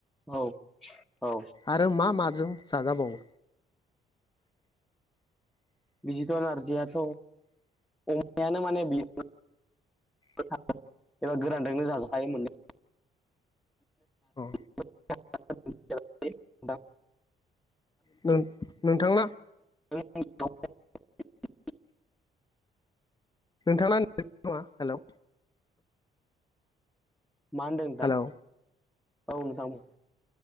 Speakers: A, in the centre; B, on the left.
A: औ औ
B: आरो मा माजों जाजाबावो
A: बिजिथ' नारजियाथ' अमायानो माने बि <unintelligible> गोरानदोंनो <unintelligible>
B: औ।
A: <unintelligible>
B: नों नोंथांना
A: <unintelligible>
B: नोंथांना नेट नाङा हेल'।
A: मा होनदों नोंथां
B: हेलौ
A: औ नोंथां बुं।